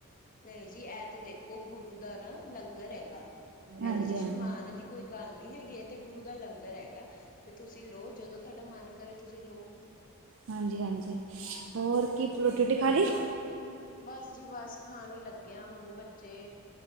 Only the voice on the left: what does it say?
ਨਹੀਂ ਜੀ ਇਹ ਤੇ ਦੇਖੋ ਗੁਰੂ ਦਾ ਨਾ ਲੰਗਰ ਹੈਗਾ
ਇਹਦੇ ਚ
ਸ਼ਰਮਾਨ ਕੋਈ ਗੱਲ ਨਹੀ ਹੈਗੀ ਹੈ ਇਹ ਤੇ ਗੁਰੂ ਦਾ ਲੰਗਰ ਹੈਗਾ। ਤੇ ਤੁਸੀਂ ਲਓ ਜਦੋਂ ਤੁਹਾਡਾ ਮਨ ਕਰੇ ਤੁਸੀਂ ਲਓ।
ਬਸ ਜੀ ਬਸ ਖਾਣ ਹੀ ਲੱਗੇਆ ਹੁਣ ਬੱਚੇ